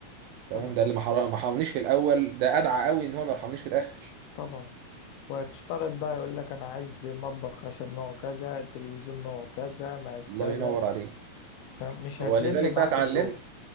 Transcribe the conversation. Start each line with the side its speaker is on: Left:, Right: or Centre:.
Right: تمام
Left: طبعا
Right: ده اللي ما حر- ما حرمنيش في الاول ده ادعى قوي ان هو ما يرحمنيش في الاخر
Left: طبعا وهتشترط بقى يقول لك انا عايز المطبخ خشب نوعه كذا التلفزيون نوعه كذا مقاس
Right: الله
Left: كذا
Right: ينور
Left: ت-
Right: عليك
Left: فاهم؟ مش
Right: ولذلك
Left: هتلم معاك
Right: بقى اتعلمت
Left: الدور